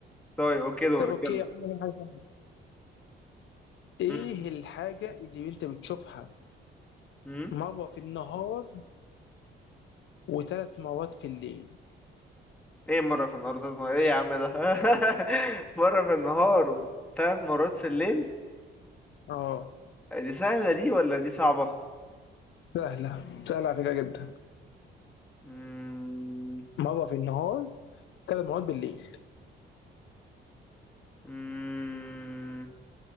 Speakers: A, in the centre; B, on the left.
A: طيب أوكي دورك
B: طب اوكي
A: يلا
B: يا عم، حاجة تانية. ايه
A: مم.
B: الحاجه اللي انت بتشوفها
A: مم.
B: مره في النهار وثلاث مرات في الليل
A: إيه مرة في النهار وثلاث مرات إيه يا عم ده <laughs> مرة في النهار وثلاث مرات في الليل
B: اه
A: دي سهلة دي ولا دي صعبة؟
B: سهله سهله على فكره جدا
A: مم.
B: مره في النهار ثلاث مرات بالليل
A: مم.